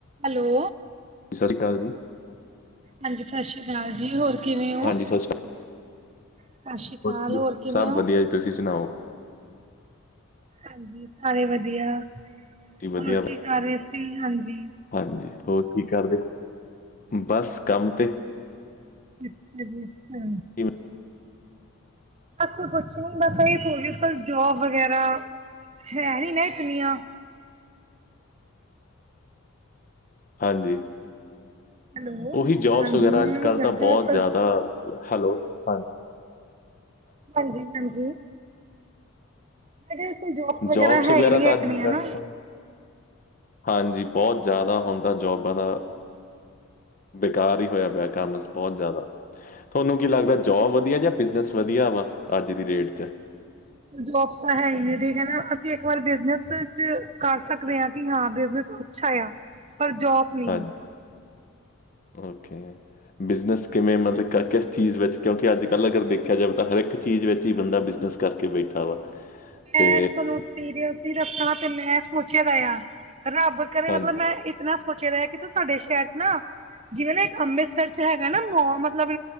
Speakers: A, on the right; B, on the left.
A: Hello
B: ਸਤਿ ਸ਼੍ਰੀ ਅਕਾਲ ਜੀ
A: ਹਾਂਜੀ ਸਸ੍ਰੀ ਅਕਾਲ ਜੀ ਹੋਰ ਕਿਵੇਂ ਹੋ
B: ਹਾਂਜੀ ਸਤਿ ਸ਼੍ਰੀ
A: ਸਸ਼੍ਰੀ ਅਕਾਲ
B: ਕੀ
A: ਹੋਰ ਕਿਵੇਂ
B: ਸਭ
A: ਓ
B: ਵਧੀਆ ਜੀ ਤੁਸੀਂ ਸੁਣਾਓ
A: ਹਾਂਜੀ ਸਾਰੇ ਵਧੀਆ
B: ਜੀ ਵਧੀਆ
A: ਹੋਰ ਕੀ ਨਾਲੇ ਅਸੀ ਹਾਂਜੀ
B: ਹਾਂਜੀ ਹੋਰ ਕੀ ਕਰਦੇ ਓ ਬਸ ਕੰਮ ਤੇ
A: ਅੱਛਾ ਜੀ ਅੱਛਾ
B: ਕਿਵੇਂ-
A: ਅਸੀ ਕੁਛ ਨੀ ਬਸ ਇਹੀ ਹੋਲ ਜੋਬ ਵਗੈਰਾ ਹੈ ਨੀ ਨਾ ਇਤਨੀਆਂ
B: ਹਾਂਜੀ
A: ਹੈਲੋ,
B: ਉਹੀ ਜੋਬਸ
A: ਹਾਂਜੀ
B: ਵਗੈਰਾ
A: ਮੈਂ
B: ਅੱਜ
A: ਇਹ
B: ਕੱਲ੍ਹ
A: ਗੱਲ
B: ਤਾਂ ਬਹੁਤ
A: ਕਰ ਰਹੀ ਸੀ
B: ਜ਼ਾਦਾ ਹੈਲੋ ਹਾਂਜੀ
A: ਹਾਂਜੀ, ਹਾਂਜੀ ਮੈਂ ਕਿਹਾ ਇੱਥੇ ਜੋਬ
B: ਜੋਬਸ
A: ਹੈ
B: ਵਗੈਰਾ
A: ਨੀ
B: ਤਾਂ
A: ਇਤਨੀਆਂ
B: ਅੱਜ ਹੀ ਕਰ
A: ਨਾ।
B: ਲਓ ਹਾਂਜੀ ਬੋਹਤ ਜ਼ਾਦਾ ਹੁਣ ਤਾਂ ਜੋਬਾਂ ਦਾ ਬੇਕਾਰ ਹੀ ਹੋਇਆ ਪਿਆ ਕੰਮ ਬੋਹਤ ਜ਼ਾਦਾ ਤੁਹਾਨੂੰ ਕੀ ਲੱਗਦਾ ਜੋਬ ਵਧੀਆ ਜਾਂ ਬਿਜਨਸ ਵਧੀਆ ਵਾ ਅੱਜ ਦੀ ਡੇਟ 'ਚ
A: ਜੋਬ ਤਾਂ ਹੈ ਹੀ ਨਾ ਠੀਕ ਹੈ ਨਾ ਅਸੀਂ ਇੱਕ ਵਾਰ ਬਿਜਨਸ ਕਰ ਸਕਦੇ ਹਾਂ ਕਿ ਹਾਂ ਬਿਜਨਸ ਅੱਛਾ ਆਇਆ ਪਰ ਜੋਬ ਨਹੀਂ।
B: ਹਾਂਜੀ ਓਕੇ ਬਿਜ਼ਨਸ ਕਿਵੇਂ ਮਤਲਬ ਕਿਸ ਚੀਜ਼ ਵਿੱਚ ਕਿਉਂਕਿ ਅੱਜ ਕੱਲ ਅਗਰ ਦੇਖਿਆ ਜਾਵੇ ਤਾਂ ਹਰ ਇੱਕ ਚੀਜ਼ ਵਿੱਚ ਹੀ ਬੰਦਾ ਬਿਜ਼ਨਸ ਕਰਕੇ ਬੈਠਾ ਵਾ
A: ਮੈਂ
B: ਤੇ
A: ਤੁਾਨੂੰ ਸੀਰੀਅਸ ਹੈ ਰਖਾ ਤੇ ਮੈਂ ਸੋਚਿਆ ਵੇ ਆ ਹਨਾ ਬ ਕੇ ਬੀ
B: ਹਾਂਜੀ
A: ਮਤਲਬ ਮੈਂ ਇਤਨਾ ਸੋਚਿਆ ਵਿਹਾ ਕਿ ਤੂੰ ਸਾਡੇ ਸ਼ਹਿਰ ਚ ਨਾ ਜਿਵੇਂ ਨਾ ਇੱਕ ਅੰਮ੍ਰਿਤਸਰ ਚ ਹੈਗਾ ਨਾ ਮੋ ਮਤਲਬ